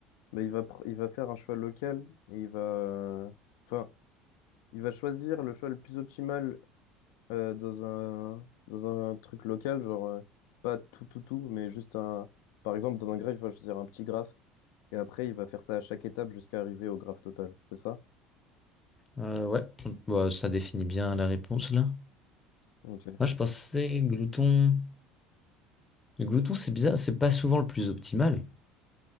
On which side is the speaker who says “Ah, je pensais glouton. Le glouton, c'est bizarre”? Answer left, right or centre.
Left